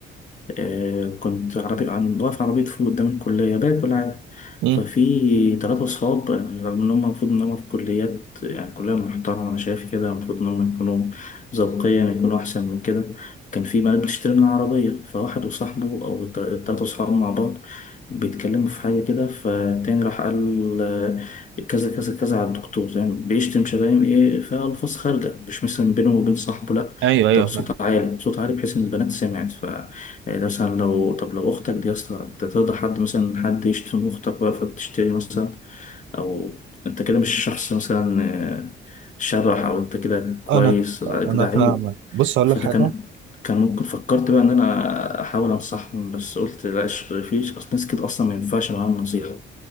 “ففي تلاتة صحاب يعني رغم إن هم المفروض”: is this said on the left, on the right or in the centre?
Left